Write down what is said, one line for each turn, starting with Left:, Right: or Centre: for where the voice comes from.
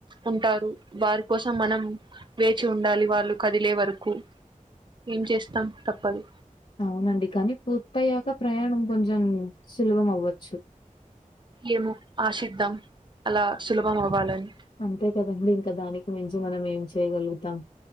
Right: ఉంటారు వారి కోసం మనం వేచి ఉండాలి వాళ్ళు కదిలే వరకు కు ఏం చేస్తాం తప్పదు
Left: అవునండి కానీ పూర్తయ్యాక ప్రయాణం కొంచెం సులభం అవ్వచ్చు
Right: ఏమొ ఆశిద్దాం అలా సులభం అవ్వాలని
Left: అంతే కదండీ. ఇంకా దానికి మంచి మనం ఏం చేయ్యగలుగుతాం